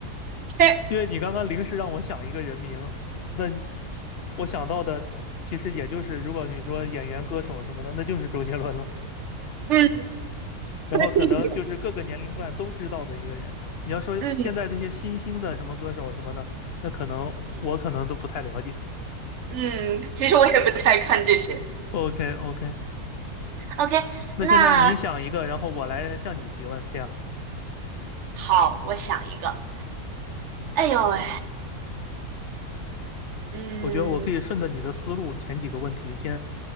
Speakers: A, on the right (about 55°); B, on the left (about 65°).
A: <laughs>
B: 因为你刚刚临时让我想一个人名，那你我想到的其实也就是，如果你说演员、歌手什么的，那就是周杰伦了。
A: 嗯，可以嗯
B: 然后可能就是各个年龄段都知道的一个人。
A: 他的
B: 你要说现在这些新兴的什么歌手什么的，
A: 弟弟，
B: 那可能我可能都不太了解。
A: 嗯，其实我也不太看这些。
B: o k o k
A: OK，
B: 那现在你想一个，
A: 那
B: 然后我来向你提问，这样。
A: 好，我想一个。哎呦喂，嗯
B: 我觉得我可以顺着你的思路，前几个问题先